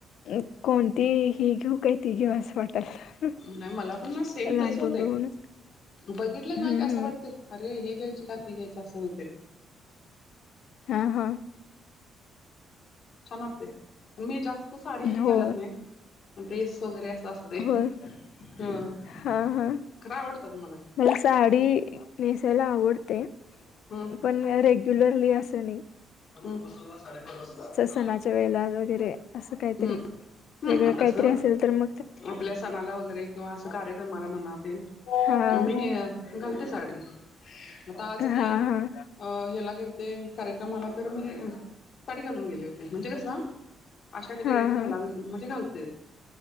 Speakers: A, on the left (about 75°); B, on the left (about 60°).
A: अं, कोणती ही घेऊ काही ती घेऊ असं वाटल
B: नाही मला पण ना सेम
A: लांबून
B: तेच होतय.
A: बघूनच
B: बघितलं
A: हम्म
B: ना का असं वाटतेय अरे ही घ्यायची का ती घ्यायच असं होतेय.
A: हा ह
B: छान वाटते पन मी जास्त साडी
A: हो
B: घालत नाही. ड्रेस वगैरे असं असतेय
A: होय
B: हम्म ह
A: हा हा
B: खरं आवडतात मला
A: मल साडी नेसायला आवडते.
B: हम्म
A: पण रेग्युलरली असं नयी
B: <unintelligible>
A: सणाच्या वेळेला वगैरे असं काहीतरी
B: हम्म हम्म
A: वेगळं
B: तसं
A: काहीतरी असेल तर म
B: आपल्या सणाला वगैरे किंवा अस कार्यक्रमाला म्हणा ते
A: हा
B: मी घालते साडी आता आज
A: हा
B: मी
A: हा
B: अ हला गेल ते कार्यक्रमाला तर मी साडी घालून गेलते. म्हणजे कस आषाठ
A: हा
B: वेळेत
A: हा
B: घालावे म्हणजे घालतेच.